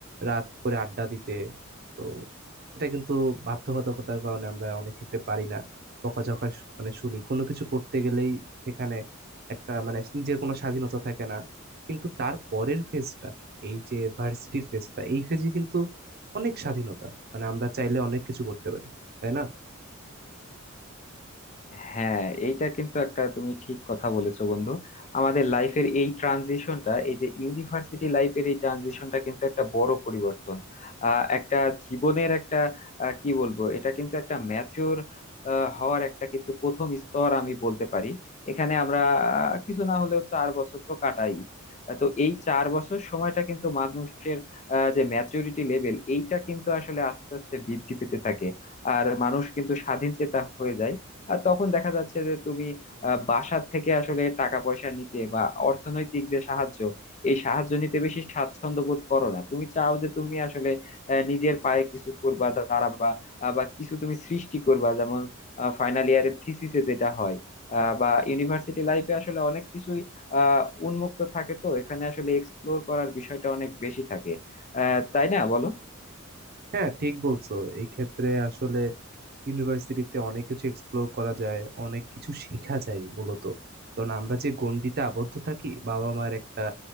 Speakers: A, on the right; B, on the left.
A: রাত করে আড্ডা দিতে তো এটা কিন্তু বাধ্যবাধকতার কারণে আমরা অনেক ক্ষেত্রে পারি না বকাঝকা শ- মানে শুনি কোনো কিছু করতে গেলেই সেখানে একটা মানে নিজের কোনো স্বাধীনতা থাকে না কিন্তু তার পরের ফেজটা এই যে ভার্সিটির ফেজটা এই ফেজে কিন্তু অনেক স্বাধীনতা মানে আমরা চাইলে অনেক কিছু করতে পারি তাই না
B: হ্যাঁ এইটা কিন্তু একটা তুমি ঠিক কথা বলেছো বন্ধু আমাদের লাইফের এই ট্রানজিশনটা এই যে ইউনিভার্সিটি লাইফের এই ট্রানজিশনটা কিন্তু একটা বড় পরিবর্তন আহ, একটা জীবনের একটা আহ, কি বলবো এটা কিন্তু একটা ম্যাচিওর হওয়ার একটা কিন্তু প্রথম স্তর আমি বলতে পারি এখানে আমরা আহ, কিছু না হলেও চার বছর তো কাটাই আহ, তো এই চার বছর সময়টা কিন্তু মানুষের আহ, যে ম্যাচুরিটি লেভেল এইটা কিন্তু আসলে আস্তে আস্তে বৃদ্ধি পেতে থাকে আর মানুষ কিন্তু স্বাধীন চেতা হয়ে যায় আর তখন দেখা যাচ্ছে যে তুমি আহ, বাসার থেকে আসলে টাকা পয়সা নিতে বা অর্থনৈতিক যে সাহায্য এই সাহায্য নিতে বেশি স্বাচ্ছন্দ্য বোধ করো না তুমি চাও যে তুমি আসলে আহ, নিজের পায়ে কিছু করবা দাঁড়াবা আহ, বা কিছু তুমি সৃষ্টি করবা যেমন ফাইনাল ইয়ারের থিসিসে যেটা হয় আহ, বা ইউনিভার্সিটি লাইফে আসলে অনেক কিছুই আহ উন্মুক্ত থাকে তো এখানে আসলে এক্সপ্লোর করার বিষয়টা অনেক বেশি থাকে আহ তাই না বলো
A: হ্যাঁ ঠিক বলছো এই ক্ষেত্রে আসলে ইউনিভার্সিটিতে অনেক কিছু এক্সপ্লোর করা যায় অনেক কিছু শেখা যায় মূলত কারণ আমরা যে গণ্ডিতে আবদ্ধ থাকি বাবা মার একটা